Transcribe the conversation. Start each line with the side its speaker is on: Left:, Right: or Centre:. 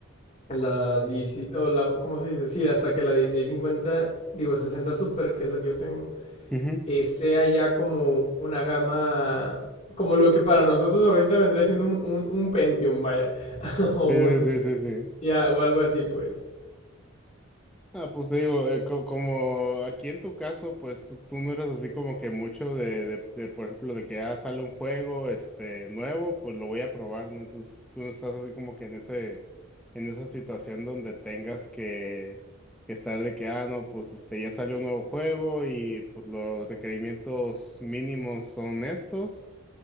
Left: la, 16 o la- ¿cómo se dice? Sí, hasta que la dieciséis cincuenta, digo 60 Super, que es la que yo tengo,
Centre: ujú.
Left: eh, sea ya como una gama, como lo que para nosotros ahorita vendría siendo un, un- un Pentium, vaya, <laughs> o un,
Centre: Sí, sí, sí, sí, sí.
Left: ya, o algo así, pues.
Centre: Ah, pues te digo, eh, co- como aquí en tu caso, pues tú, tú no eres así como que mucho de, de, de, por ejemplo, de que ah sale un juego este nuevo, pues lo voy a probar, ¿no? Entonces tú no estás así como que en ese, en esa situación donde tengas que, que estar de que, ah, no, pues este ya salió un nuevo juego y pues los requerimientos mínimos son estos.